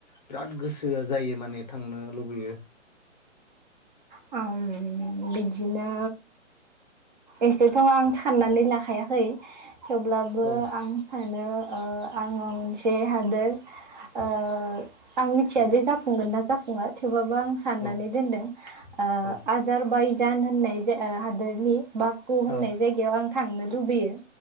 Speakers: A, on the left; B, on the right.
A: बिराद गोसोआ जायो माने थांनो लुबैयो।
B: औं बिदिनो एसेथ' आं साननानै लाखायाखै। थेवब्लाबो
A: औ
B: आं सानो ओ आङो मोनसे हादोर ओ आं मिथियादे जाफुंगोन ना जाफुङा थेवबाबो आं साननानै
A: औ
B: दोनदों ओ
A: औ
B: आजार बायजान होननाय ज हादोरनि बागु होननाय
A: अ
B: जायगायाव आं थांनो लुबैयो।